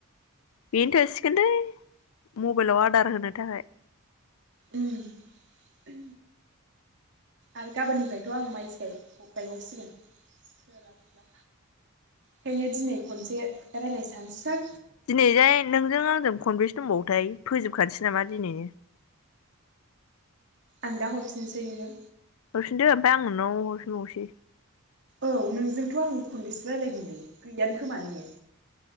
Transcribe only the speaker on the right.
उम आरो गाबोननिफायथ' आं माइसो गाय गायबावसिगोन। सोलाबब्ला। खायनो दिनै खनसे रायलाय सानोसां
आं दा हरफिनोसै नो
औ नोंजोंथ' आं खनबेसे रायलायदोंलै गैयानो खोमा ने